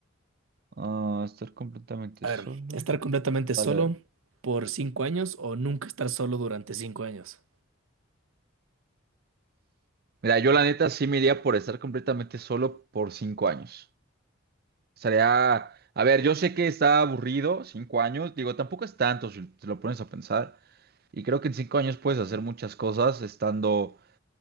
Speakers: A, on the right; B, on the right.
A: Ah, estar completamente
B: A
A: solo.
B: ver, estar completamente
A: Dale,
B: solo
A: dale.
B: por cinco años o nunca estar solo durante cinco años.
A: Mira, yo la neta sí me iría por estar completamente solo por cinco años. Sería, a ver, yo sé que está aburrido, cinco años, digo, tampoco es tanto si te lo pones a pensar. Y creo que en cinco años puedes hacer muchas cosas estando